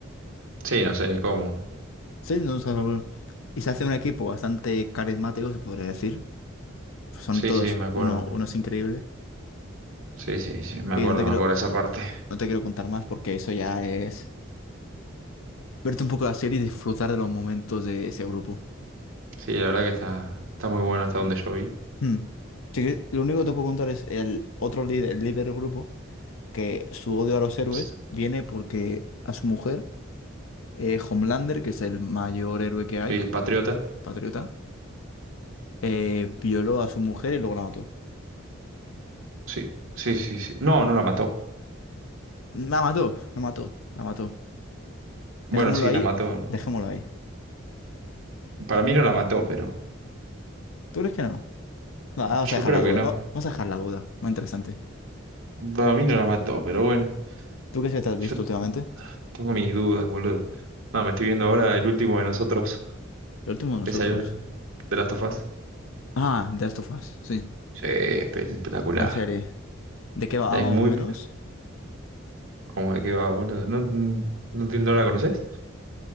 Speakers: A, on the right; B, on the left.
A: Sí, no sé ni cómo.
B: Sí, no es algo- Y se hace un equipo bastante carismático, se podría decir. Son
A: Sí,
B: todos
A: sí, me acuerdo.
B: uno, unos increíbles.
A: Sí, sí, sí, me
B: Y
A: acuerdo,
B: no te quiero,
A: me acuerdo esa parte.
B: no te quiero contar más porque eso ya es verte un poco la serie y disfrutar de los momentos de ese grupo.
A: Sí, la verdad que está, está muy bueno hasta donde yo vi.
B: Hmm. Sí que lo único que te puedo contar es el otro líder, el líder del grupo, que su odio a los héroes
A: Sí,
B: viene porque a su mujer, eh, Homelander, que es el mayor héroe que hay,
A: el Patriota.
B: patriota, eh, violó a su mujer y luego la mató.
A: Sí, sí, sí, sí. No, no la mató.
B: La mató, la mató, la mató.
A: Bueno,
B: Dejémoslo
A: sí,
B: ahí,
A: la mató.
B: dejémoslo ahí.
A: Para mí no la mató, pero
B: ¿Tú crees que no? Va,
A: yo
B: Vamos a dejar
A: creo
B: la duda,
A: que no.
B: va- vamos a dejar la duda. Muy interesante.
A: Para mí no la mató, pero bueno.
B: ¿Tú qué serie te has
A: Yo
B: visto últimamente?
A: Tengo mis dudas, boludo. No, me estoy viendo ahora el último de nosotros.
B: El último de nosotros.
A: ¿Te salió? ¿De Last of Us?
B: Ah, The Last of Us, sí.
A: Sí, espe- espectacular.
B: La serie. ¿De qué va
A: Es
B: más
A: muy...
B: o menos?
A: ¿Cómo de qué va, boludo? ¿No, no, te- no la conoces?